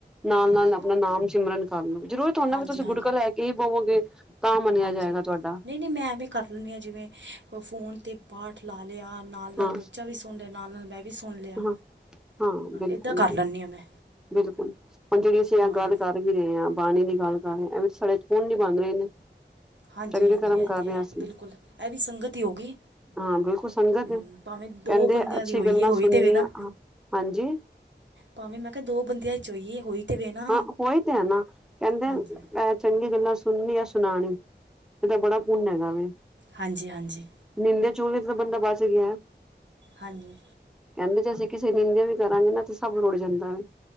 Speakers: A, in the centre; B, on the right (about 80°).
A: ਨਾਲ-
B: ਹਾਂਜੀ
A: ਨਾਲ ਆਪਣਾ, ਨਾਮ ਸਿਮਰਨ ਕਰ ਲਓ। ਜ਼ਰੂਰ ਤੁਹਾਨੂ,
B: ਹਾਂਜੀ
A: ਵੀ ਤੁਸੀਂ
B: ਹਾਂਜੀ
A: ਗੁਟਕਾ ਲੈ ਕੇ ਹੀ ਪਵੋਗੇ। ਤਾਂ ਮੰਨਿਆ
B: ਹਾਂਜੀ
A: ਜਾਏਗਾ ਤੁਹਾਡਾ।
B: ਨਹੀਂ ਨਹੀਂ ਮੈਂ ਐਵੇਂ ਕਰ ਲੈਂਦੀ ਹਾਂ ਜਿਵੇਂ ਫੋਨ ਤੇ, ਪਾਠ ਲਾ ਲਿਆ। ਨਾਲ-
A: ਹਾਂ
B: ਨਾਲ ਬੱਚਾ ਵੀ, ਸੁਣ ਰਿਆ। ਨਾਲ ਨਾਲ ਮੈਂ ਵੀ ਸੁਣ ਲਿਆ
A: ਹਾਂ, ਹਾਂ ਬਿਲਕੁਲ
B: ਇੱਦਾਂ ਕਰ
A: ਜੀ।
B: ਲੈਂਦੀ ਹਾਂ ਮੈਂ
A: ਬਿਲਕੁਲ, ਹੁਣ ਜਿਹੜੀ ਅਸੀਂ
B: ਹਾਂ
A: ਗੱਲ, ਕਰ ਵੀ ਰਹੇ ਆ। ਬਾਣੀ ਦੀ ਗੱਲ ਕਰ ਰਹੇ। ਐਵੀ ਸਾੜੇ ਚ ਪੁਨ ਹੀ ਬੰਦ ਰਹੇ ਨੇ।
B: ਹਾਂਜੀ-
A: ਚੰਗੇ
B: ਹਾਂਜੀ,
A: ਕਰਮ
B: ਇਹ
A: ਕਰ
B: ਤਾਂ ਹੈ।
A: ਰਹੇ ਅਸੀਂ
B: ਬਿਲਕੁਲ ਇਹ ਵੀ, ਸੰਗਤ ਹੀ ਹੋ ਗਈ।
A: ਹਾਂ ਬਿਲਕੁਲ, ਸੰਗਤ
B: ਹੂੰ
A: ਹੈ।
B: ਭਾਵੇਂ ਦੋ
A: ਕਹਿੰਦੇ
B: ਬੰਦਿਆਂ
A: ਅੱਛੀ
B: ਦੀ ਹੋਈਏ
A: ਗੱਲਾਂ
B: ਹੋਈ
A: ਸੁਣਿਆਂ,
B: ਤਾਂ ਵੇ ਨਾ
A: ਹਾਂਜੀ।
B: ਭਾਵੇਂ ਮੈਂ ਕਿਹਾ, ਦੋ ਬੰਦਿਆਂ ਚ ਹੋਈਏ ਹੋਈ। ਤਾਂ ਵੇ ਨਾ
A: ਹਾਂ, ਉਹੀ ਤੇ ਹੈ ਨਾ। ਕਹਿੰਦੇ
B: ਹਾਂਜੀ
A: ਇਹ ਚੰਗੀ ਗੱਲਾਂ, ਸੁਣਨੀ ਜਾਂ ਸੁਣਾਣੀ ਕਹਿੰਦੇ ਬੜਾ ਪੁੰਨ ਹੈਗਾ ਵੇ।
B: ਹਾਂਜੀ ਹਾਂਜੀ
A: ਨਿੰਦਾ- ਚੁਗਲੀ ਤੋਂ, ਤਾਂ ਬੰਦਾ ਬਚ ਗਿਆ।
B: ਹਾਂਜੀ।
A: ਕਹਿੰਦੇ ਜੇ ਅਸੀਂ, ਕਿਸੇ ਨਿੰਂਦਿਆਂ ਵੀ ਕਰਾਂਗੇ ਨਾ, ਤੇ ਸਭ ਰੋੜ ਜਾਂਦਾ ਵੇ।